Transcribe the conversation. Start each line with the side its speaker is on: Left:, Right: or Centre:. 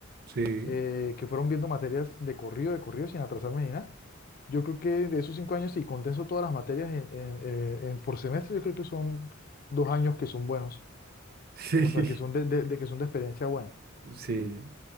Right: Sí.
Left: eh,
Right: <laughs>
Left: que fueron viendo materias de corrido, de corrido, sin atrasarme ni nada, yo creo que de esos cinco años, si condenso todas las materias en, en- eh, en por semestre, yo creo que son dos años que son buenos.
Right: Sí.
Left: O sea, que son de, de de- que son de experiencia buena.
Right: Sí.